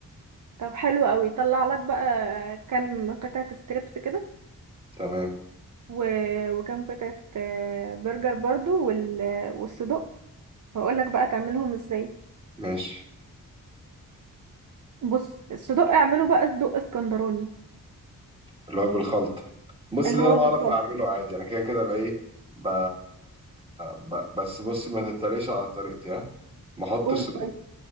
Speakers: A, on the right; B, on the right.
A: طب حلو قوي طلع لك بقى كام قطعة ستريبس كده
B: تمام
A: و... وكام قطعة آه، برجر برضو وال... والصدق واقول لك بقى تعملهم ازاي
B: ماشي
A: بص الصدق اعمله بقى صدق اسكندراني
B: اللي هو بالخلطة بص
A: اللي
B: ده
A: هو
B: انا بعرف
A: بالخلطة
B: اعمله عادي انا كده كده بقى ايه ب... ب... بس بص ما تتريقش على طريقتي ها بحط
A: قول
B: الصدوق
A: طيب